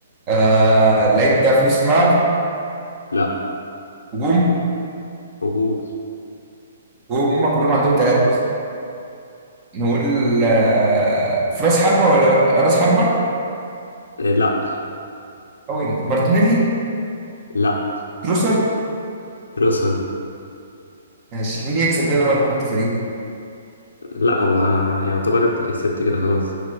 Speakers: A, on the right; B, on the left.
A: آه اللعيب ده في نص الملعب
B: لا
A: هجوم
B: هجوم
A: وهم كلهم عندهم ثلاثه نقول آه، في راس حربة ولا راس حربة؟
B: إيه، لا
A: أو إيه؟ مارتينيلي
B: لا
A: تروسر
B: تروسرد
A: ماشي مين يكسب كده ولا انت في دي؟
B: لا هو يعتبر انت اللي كسبت كده خلاص